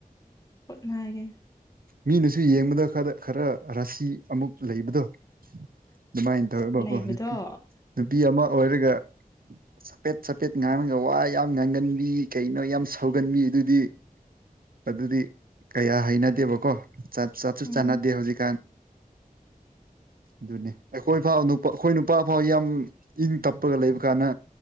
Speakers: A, on the left; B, on the right.
A: ꯍꯣꯠꯅꯒꯦ
B: ꯃꯤꯅꯁꯨ ꯌꯦꯡꯕꯗ ꯈꯔ ꯈꯔ ꯔꯥꯁꯤ ꯑꯃꯨꯛ ꯂꯩꯕꯗꯣ ꯑꯗꯨꯃꯥꯏꯅ ꯇꯧꯋꯦꯕꯀꯣ
A: ꯂꯩꯕꯗꯣ
B: ꯅꯨꯄꯤ ꯅꯨꯄꯤ ꯑꯃ ꯑꯣꯏꯔꯒ ꯆꯄꯦꯠ ꯆꯄꯦꯠ ꯉꯥꯡꯉꯒ ꯋꯥ ꯌꯥꯝ ꯉꯥꯡꯒꯟꯕꯤ ꯀꯩꯅꯣ ꯌꯥꯝ ꯁꯧꯒꯟꯕꯤ ꯑꯗꯨꯗꯤ ꯑꯗꯨꯗꯤ ꯀꯌꯥ ꯍꯩꯅꯗꯦꯕꯀꯣ ꯆꯠ ꯆꯠꯁꯨ
A: ꯎꯝ
B: ꯆꯥꯟꯅꯗꯦ ꯍꯧꯖꯤꯛꯀꯥꯟ ꯑꯗꯨꯅꯤ ꯑꯩꯈꯣꯏ ꯐꯥꯎ ꯑꯩꯈꯣꯏ ꯅꯨꯄꯥ ꯐꯥꯎ ꯌꯥꯝ ꯏꯪ ꯇꯞꯄꯒ ꯂꯩꯕ ꯀꯥꯟꯗ